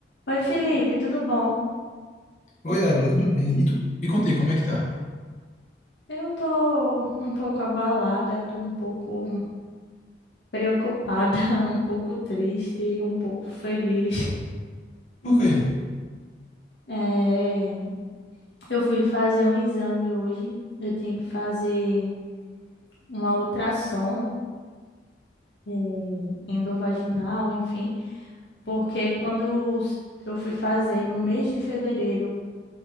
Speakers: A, on the left (about 75°); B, on the left (about 40°).
A: Oi, Felipe, tudo bom?
B: Oi, Abra, tudo bem? E tu? E contei, como é que tá?
A: Eu tô um pouco abalada, tô um pouco preocupada, <laughs> um pouco triste, um pouco feliz.
B: Por quê?
A: Eh, eu fui fazer um exame hoje, eu tinha que fazer uma ultrassom, eh, endovaginal, enfim, porque quando s- eu fui fazer no mês de fevereiro,